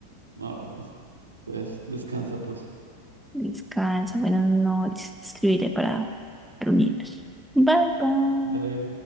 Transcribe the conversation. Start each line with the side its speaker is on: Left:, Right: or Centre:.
Right: Ah, bueno. Entonces, descansa, pues.
Centre: Descansa, buenas noches, te escribiré para reunirnos. Bye, bye.
Right: Dale.